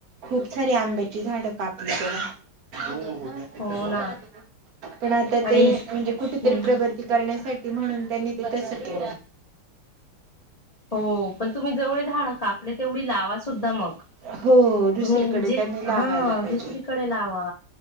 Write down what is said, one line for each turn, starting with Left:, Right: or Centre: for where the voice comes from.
Right: खूप सारी आंब्याची <unintelligible> <unintelligible>
Left: हो ना
Right: पण आता
Left: आणि
Right: ते, म्हणजे कुठतरी
Left: हम्म
Right: प्रगती करण्यासाठी. म्हणून त्यांनी त्येच्यासाठी
Left: हो, पण तुम्ही जेवळी झाड कापली तेवढी लावा सुद्धा मग.
Right: हो दुसरीकडे
Left: तुम्ही जे
Right: त्यांनी लावायला
Left: हा,
Right: पाहिजे
Left: दुसरीकडे लावा.